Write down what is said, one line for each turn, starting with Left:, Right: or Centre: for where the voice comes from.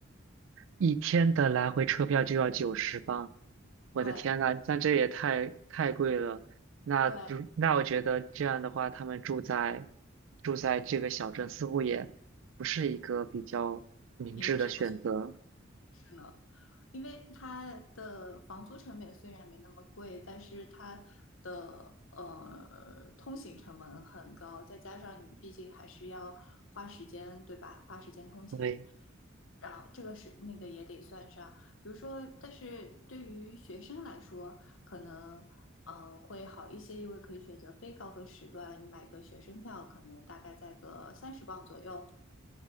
Right: 一天的来回车票就要九十镑。我的天呐，
Left: 对
Right: 那这也太太贵了。那就那我觉得这样的话，
Left: 对，
Right: 他们住在住在这个小镇似乎也不是一个比较明智的选择。
Left: 明智的选择呢。因为它的房租成本虽然没那么贵，但是它的呃通行成本很高，再加上你毕竟还是要花时间，对吧？花时间通勤，
Right: 对，
Left: 然后这个是那个也得算上。比如说，但是对于学生来说，可能嗯、呃会好一些，因为可以选择非高峰时段，你买个学生票，可能大概在个三十磅左右。